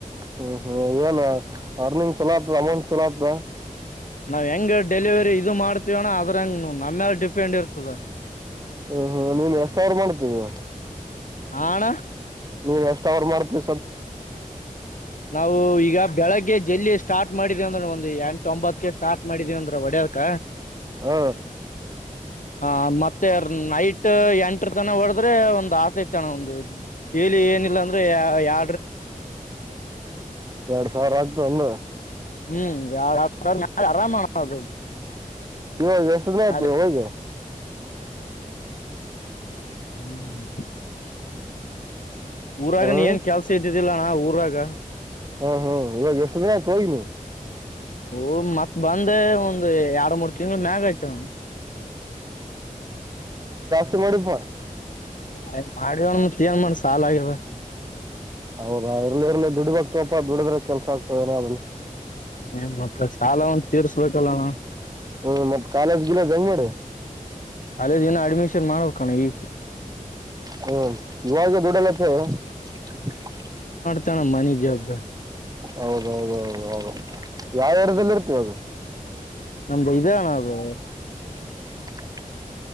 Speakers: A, on the right (about 25°); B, on the left (about 65°).
A: ಹ್ಮ್ ಹ್ಮ್ ಏನ ಅರ್ನಿಂಗ್ ಚಲೋ ಆತ್ ಅಮೌಂಟ್ ಚಲೋ ಆತದ
B: ನಾವು ಹೆಂಗ ಡೆಲಿವರಿ ಇದು ಮಾಡ್ತೀವಣ ಅದ್ರಂಗ್ ನಮ್ಮ್ಯಲೆ ಡಿಪೆಂಡ್ ಇರ್ತದ.
A: ಹ್ಮ ಹ್ಮ ನೀನ್ ಎಷ್ಟ್ ಆರ್ನ್ ಮಾಡ್ತಿ ಈಗ
B: ಹಾ ಅಣ
A: ನೀವ್ ಎಷ್ಟ್ ಅವರ್ ಮಾಡ್ತೀ
B: ನಾವು ಈಗ ಬೆಳಗ್ಗೆ ಜಲ್ಲಿ ಸ್ಟಾರ್ಟ್ ಮಾಡಿದೆ ಅಂದ್ರ ಒಂದು ಎಂಟು ಒಂಬತ್ ಕೆ ಸ್ಟಾರ್ಟ್ ಮಾಡಿದೀವಿ ಅಂದ್ರೆ ಹೊಡ್ಯಕ
A: ಹ
B: ಹ ಮತ್ತೆ ನೈಟ್ ಎಂಟ್ರ್ ತನ ಹೊಡೆದ್ರೆ ಒಂದು ಆಗ್ತೈತಣ ಒಂದು ಡೈಲಿ ಏನಿಲ್ಲ ಅಂದ್ರೆ ಯ ಯಾ
A: ಎರಡ್ ಸಾವಿರ ಆಗ್ತವೇನಾ?
B: ಹ್ಮ್ <unintelligible> ಆರಾಮಣ ಅದು
A: ಇವಾಗ ಎಷ್ಟು ದಿನ ಆಯ್ತ್
B: ಮ್ಯಾಲೆ
A: ನೀ ಹೋಗಿ
B: ಹ್ ಹ್ಮ್ ಊರಾಗ
A: ಹ ಹ್ಮ
B: ನೀ ಏನ್ ಕೆಲ್ಸ ಇದ್ದಿ ದಿಲ್ಲಣ ಊರಾಗ
A: ಹ್ಮ ಹ್ಮ ಇವಾಗ್ ಎಷ್ಟು ದಿನ ಆಯ್ತು ಹೋಗಿ ನೀನು?
B: ಓಗ್ ಮ ಬಂದ ಒಂದ್ ಎರಡು ಮೂರು ತಿಂಗಳ ಮ್ಯಾಗಾಯ್ತ ಅಣ್ಣ
A: ತಿ ಮಾಡಿಪ್ಪ
B: ಅಯ ಮಾಡವಣ ಮತ್ ಏನ್ ಮಾಡ ಸಾಲ ಆಗ್ಯದ.
A: ಹೌದಾ ಇರ್ಲಿ ಇರ್ಲಿ ದುಡಿಬೇಕ್ ತಗೋಪ ದುಡಿದ್ರ ಕೆಲ್ಸ ಆಗ್ತದನ ಆಲ್ಲಿ.
B: ಹ್ಮ ಮಕ್ಳ ಸಾಲ ಒಂದ್ ತೀರ್ಸ್ಬೇಕಲ್ಲಣ.
A: ಹ್ಮ್ ಮತ್ ಕಾಲೇಜ್ ಗೀಲೇಜ್ ಹೆಂಗ್ ಮಾಡಿ
B: ಅಲ್ಲೇ ದಿನ ಅಡ್ಮಿಷನ್ ಮಾಡ್ಬೇಕಣ ಈ
A: ಹ್ಮ ಇವಾಗ ದುಡಲ್ಲಪ್ಪ <unintelligible>
B: ತ್ತಣ ಮನೆ ಜವಬ್ದಾ
A: ಹೌದೌದೌದೌದು ಯಾವ ಏರಿಯಾದಲ್ಲಿ ಇರ್ತೀ ಇವಾಗ?
B: ನಮ್ದ ಇದೇ ಅಣ್ಣ ಅದು
A: <inaudible>